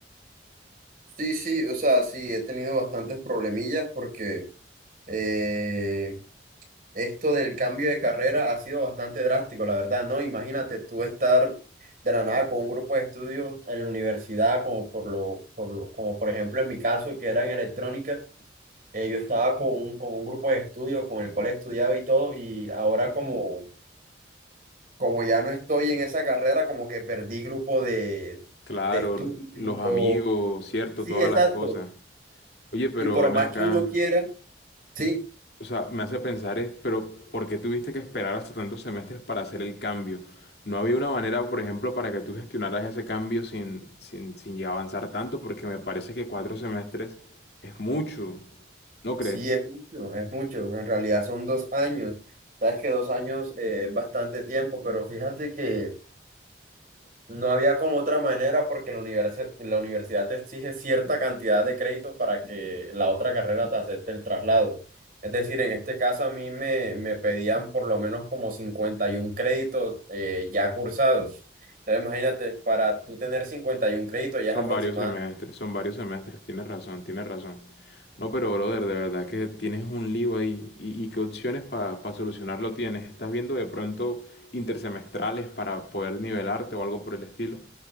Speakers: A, on the right; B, on the left.
A: Sí, sí, o sea, sí, he tenido bastantes problemillas porque eh, esto del cambio de carrera ha sido bastante drástico, la verdad, ¿no? Imagínate tú estar de la nada con un grupo de estudio en la universidad, como por lo, por lo- como por ejemplo en mi caso, que era en electrónica, eh, yo estaba con un, con un grupo de estudio con el cual estudiaba y todo, y ahora como, como ya no estoy en esa carrera, como que perdí grupo de,
B: Claro,
A: de estudio.
B: los amigos, cierto,
A: Sí,
B: toda
A: exacto.
B: la cosa. Oye, pero
A: Y por
B: ven
A: más
B: acá.
A: que uno quiera, Sí,
B: O sea, me hace pensar es, pero ¿por qué tuviste que esperar hasta tantos semestres para hacer el cambio? ¿No había una manera, por ejemplo, para que tú gestionaras ese cambio sin, sin, sin llegar a avanzar tanto? Porque me parece que cuatro semestres es mucho, ¿no crees?
A: sí, es mucho, es mucho. En realidad son dos años. Sabes que dos años eh, es bastante tiempo, pero fíjate que no había como otra manera porque la universidad, la universidad te exige cierta cantidad de créditos para que la otra carrera te acepte el traslado. Es decir, en este caso a mí me, me pedían por lo menos como 51 créditos eh, ya cursados. Entonces imagínate, para tú tener 51 créditos
B: Son
A: ya es aproximadamente
B: varios semestres, son varios semestres, tienes razón, tienes razón. No, pero brother, de verdad que tienes un lío ahí. ¿Y, y qué opciones para solucionarlo tienes? ¿Estás viendo de pronto intersemestrales para poder nivelarte o algo por el estilo?